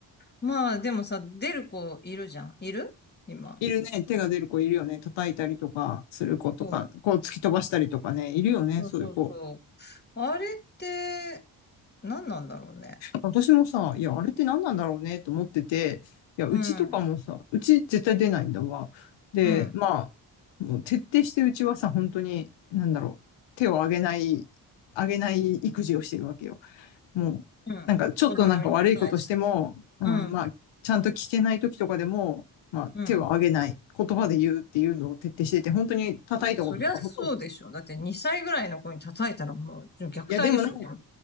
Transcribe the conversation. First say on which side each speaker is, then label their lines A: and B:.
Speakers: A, on the left; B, on the left.
A: まあ、でもさ、出る子いるじゃん。いる今。
B: いるね。手が出る子いるよね。叩いたりとかする子とか、
A: そう。
B: こう突き飛ばしたりとかね、いるよね。
A: そうそうそ
B: そういう子。
A: う。あれって、何なんだろうね。
B: 私もさ、いや、あれって何なんだろうねと思ってて、いや、うちとかもさ、
A: うん。
B: うち絶対出ないんだわ。で、
A: うん。
B: まあ、もう徹底してうちはさ、本当に、なんだろう、手を上げない、上げない育児をしてるわけよ。もう、
A: うん。
B: なんかちょっとなんか悪いことしても、
A: 子供に対して。
B: うん、
A: うん。
B: まあ、ちゃんと聞けない時とかでも、まあ、
A: うん。
B: 手を上げない。言葉で言うっていうのを徹底してて、本当に叩いたこととかほとんど
A: あ、そりゃそうでしょ。だって2歳ぐらいの子に叩いたらもう虐待でしょ。
B: いや、でもなんか、